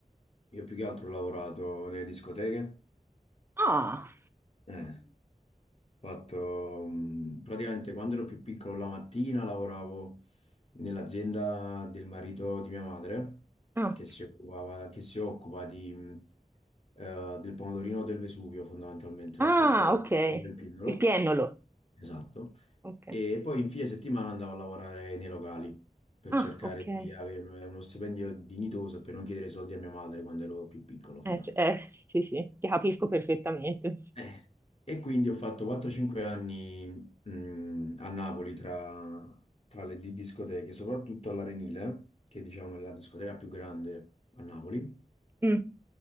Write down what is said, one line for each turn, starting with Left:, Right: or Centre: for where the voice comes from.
Left: io più che altro ho lavorato nelle discoteche.
Right: Ah,
Left: Eh. fatto, mh, praticamente quando ero più piccolo la mattina lavoravo nell'azienda del marito di mia madre
Right: <laughs>
Left: che si occupava, che si occupa di, mh, eh, del pomodorino del Vesuvio fondamentalmente,
Right: Ah,
Left: non so se lo conosci,
Right: ok.
Left: del Pindolo,
Right: Il piennolo.
Left: esatto.
Right: Ok.
Left: E poi in fine settimana andavo a lavorare nei locali per
Right: Ah,
Left: cercare
Right: ok.
Left: di
Right: Eh,
Left: avere uno stipendio dignitoso e per non chiedere soldi a mia madre quando ero più piccolo fondamentalmente.
Right: c- eh, sì, sì, ti capisco perfettamente.
Left: Eh, E quindi ho fatto 4-5 anni mh, a Napoli tra, tra le di- discoteche, soprattutto all'Arenile, che diciamo è la discoteca più grande a Napoli.
Right: Mm.